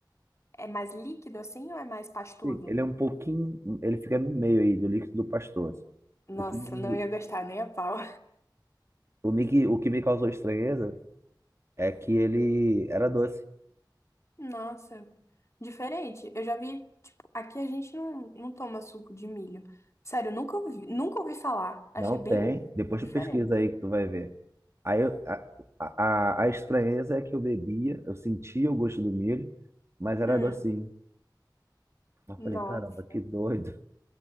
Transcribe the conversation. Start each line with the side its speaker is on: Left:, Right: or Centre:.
Left: É mais líquido assim ou é mais pastoso?
Right: Sim, ele é um pouquinho. Ele fica no meio aí do líquido pastoso.
Left: Nossa,
Right: O que me,
Left: não ia gostar nem a pau.
Right: o me, o que me causou estranheza é que ele era doce.
Left: <laughs> Nossa, diferente. Eu já vi, tipo, aqui a gente não, não toma suco de milho. Sério, nunca ouvi, nunca ouvi falar. Achei
Right: Não
Left: bem
Right: tem. Depois
Left: diferente.
Right: tu pesquisa aí que tu vai ver. Aí eu- a, a, a estranheza é que eu bebia, eu sentia o gosto do milho, mas era
Left: Hum,
Right: docinho. Eu
Left: nossa.
Right: falei, caramba, que doido.